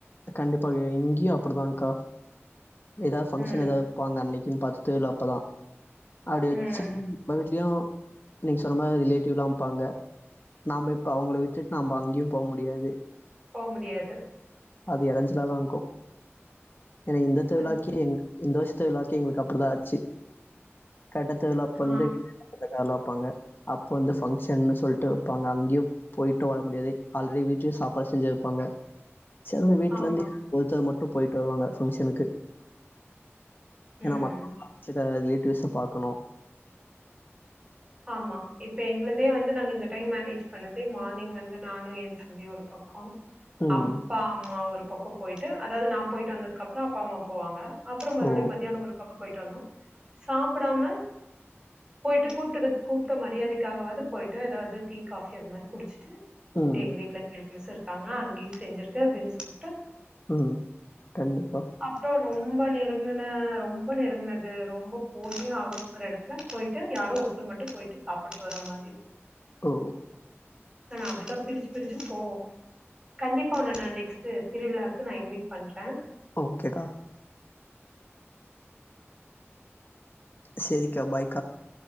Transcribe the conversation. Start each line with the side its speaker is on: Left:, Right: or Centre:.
Left: கண்டிப்பா இங்கியு அப்டிதாங்க்கா எதாவ் ஃபங்க்ஷன்
Right: ம்
Left: எதாவ் வெப்பாங்க அன்னக்கின் பாத்து த்ருவிழா அப்பதா அப்டி வச்சுன்
Right: ம்
Left: நம்ப வீட்லயு நீங்க சொன்ன மாரி ரிலேட்டிவ்லாம்ப்பாங்க நாம்ப இப்ப அவ்ங்கள விட்டுட்டு நாம்ப அங்கியும் போ முடியாது
Right: போ முடியாது
Left: அது எடஞ்சலாதாக்கு ஏனா இந்த திருவிழாக்கே
Right: அது
Left: <unintelligible> த்ழாக்கே எங்களுக்கு அப்டிதா ஆச்சி கட்டத்துல அப்பந்து
Right: ஆ
Left: இந்த கால வப்பாங்க அப்போ வந்து ஃபங்ஷன்னு சொல்ட்டு வப்பாங்க அங்கியும் போய்ட்டு வர முடியாது ஆல்ரெடி வீட்லயு சாப்பாடு செஞ்சு வெப்பாங்க சரினு வீட்லருந்து
Right: ஆமா
Left: <inaudible> ப போயிட்டு வருவாங்க ஃபங்க்ஷனுக்கு
Right: ம்
Left: ஏனா மத்த <inaudible> <unintelligible> பாக்கணு
Right: ஆமா இப்ப எங்குளுதே வந்து நாங்க இந்த டைம் மேனேஜ் பண்ணுது மார்னிங் வந்து நானு ஏ தம்பியு ஒரு பக்கோ
Left: ம்
Right: அப்பா அம்மா ஒரு பக்கோ போயிட்டு அதாவ்து நா போயிட்டு வந்ததுக்கப்றொ அப்பா அம்மா போவாங்க அப்றோ மறுபடி
Left: ஓ
Right: மதியானோ ஒரு பக்கோ போய்ட்டு வந்தோ சாப்புடாம போயிட்டு கூப்டதுக்கு கூப்ட மரியாதைக்காகவாவது போய்ட்டு ஏதாவது டீ காஃபி அது மாதிரி குடிச்சிட்டு
Left: ம்
Right: இப்ப எங்க வீட்டுல <unintelligible> ஸ் இருக்காங்க அங்கேயூ செஞ்சிருக்கு அப்டிண் சொல்
Left: ம் கண்டிப்பா
Right: அப்புறம் ரொம்ப நெருங்குன ரொம்ப நெருங்குனது ரொம்ப போயே ஆகணுங்கிற இடத்துல போயிட்டு யாரோ ஒருத் ர் மட்டும் போயிட்டு சாப்பிட்டு வர மாரி இருக்கு
Left: ஓ
Right: நா அப்படிதா பிரிச்சு பிரிச்சு போவோ கண்டிப்பா உன்ன நா நெக்ஸ்ட் திருவிழாக்கு நா இன்வெட் பண்றே
Left: ஓகேக்கா செரிகா பாய்